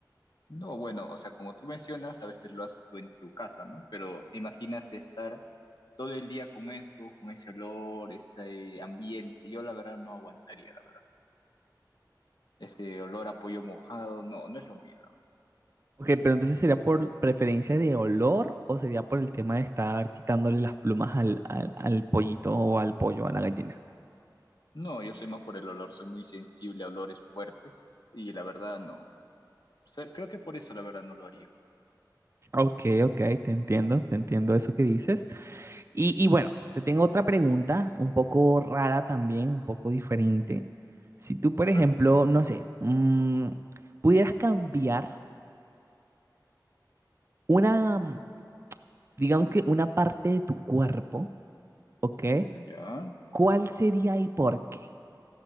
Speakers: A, on the left; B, on the right.
A: No, bueno, o sea, como tú mencionas, a veces lo haces tú en tu casa, ¿no? Pero imagínate estar todo el día con eso, con ese olor, ese ambiente. Yo la verdad no aguantaría, la verdad. Ese olor a pollo mojado, no, no es lo mío. la verdad.
B: Ok, pero entonces sería por preferencia de olor o sería por el tema de estar quitándole las plumas al, al, al pollito o al pollo, a la gallina.
A: No, yo soy más por el olor, soy muy sensible a olores fuertes y la verdad no. sea, creo que por eso la verdad no lo haría.
B: Ok, ok, te entiendo, te entiendo eso que dices. Y, y bueno, te tengo otra pregunta, un poco rara también, un poco diferente. Si tú, por
A: A
B: ejemplo,
A: ver,
B: no sé, mm, pudieras cambiar una, mm, digamos que una parte de tu cuerpo, ¿ok?
A: mm, ya.
B: ¿Cuál sería y por qué?